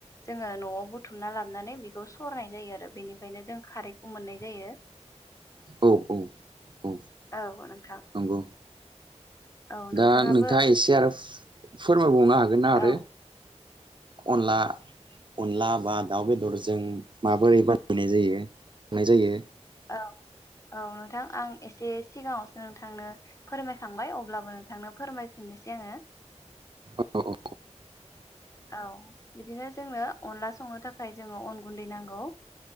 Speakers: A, on the left (about 25°); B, on the right (about 40°).
A: जोङो न'आव। बुथुमना लाबोनानै बेखौ सरनाय जायो आरो बेनिफ्रायनो जों खारैखौ मोननाय जायो
B: औ औ
A: औ नोंथां
B: नंगौ
A: औ। नोंथाङाबो
B: दा नोंथाङा एसे आरो फोरमायबावनो हागोन। हागोन ना
A: औ
B: आरो? अनला अनला बा दाउ बेदरजों माबोरै बानायनाय जायो जायो।
A: औ औ नोंथां आं एसे सिगाङावसो नोंथांनो फोरमायखांबाय अब्लाबो नोंथांनो फोरमायफिननोसै आङो।
B: औ औ
A: औ बिदिनो जोंनो अनला संनो थाखाय जोंङो अन गुन्दै नांगौ।